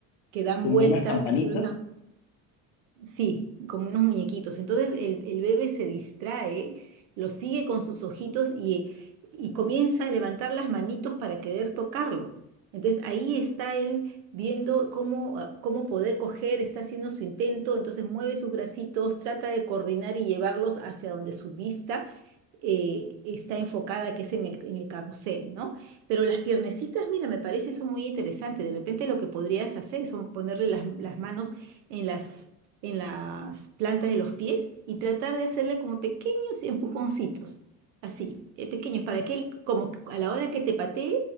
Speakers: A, on the right (about 70°); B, on the left (about 65°).
A: que dan
B: como
A: vueltas,
B: unas campanitas.
A: que tú las Sí, como unos muñequitos. Entonces el, el bebé se distrae, lo sigue con sus ojitos y, y comienza a levantar las manitos para querer tocarlo. Entonces ahí está él viendo cómo, ah, cómo poder coger, está haciendo su intento, entonces mueve sus bracitos, trata de coordinar y llevarlos hacia donde su vista eh, está enfocada, que es en el, en el carrusel, ¿no? Pero las piernecitas, mira, me parece eso muy interesante. De repente lo que podrías hacer son ponerle las, las manos en las, en las plantas de los pies y tratar de hacerle como pequeños empujoncitos, así, eh, pequeños, para que él, como que a la hora que te patee,